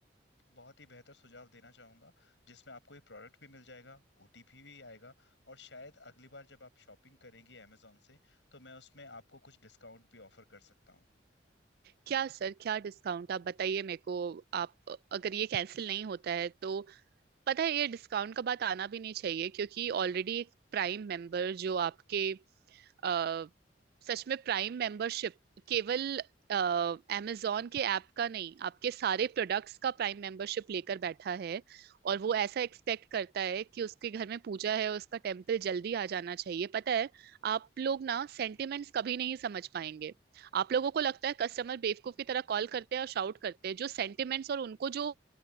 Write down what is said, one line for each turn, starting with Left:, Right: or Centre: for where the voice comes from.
Left: बहुत ही बेहतर सुझाव देना चाहूँगा जिसमें आपको ये प्रोडक्ट भी मिल जाएगा ओटीपी भी आएगा और शायद अगली बार जब आप शॉपिंग करेंगी अमेजोन से तो मैं उसमें आपको कुछ डिस्काउंट भी ऑफर कर सकता हूँ
Right: क्या सर क्या डिस्काउंट आप बताइए मेरे को आप अगर ये कैंसिल नहीं होता है तो पता है ये डिस्काउंट का बात आना भी नहीं चाहिए क्योंकि ऑलरेडी एक प्राइम मेंबर जो आपके अ, सच में प्राइम मेंबरशिप केवल अमेजोन के ऐप का नहीं आपके सारे प्रोडक्ट्स का प्राइम मेंबरशिप लेकर बैठा है और वो ऐसा एक्सपेक्ट करता है कि उसके घर में पूजा है उसका टेम्पल जल्दी आ जाना चाहिए पता है आप लोग ना सेंटिमेंट्स कभी नहीं समझ पाएंगे आप लोगों को लगता है कस्टमर बेवकूफ की तरह कॉल करते हैं और शाउट करते हैं जो सेंटिमेंट्स और उनको जो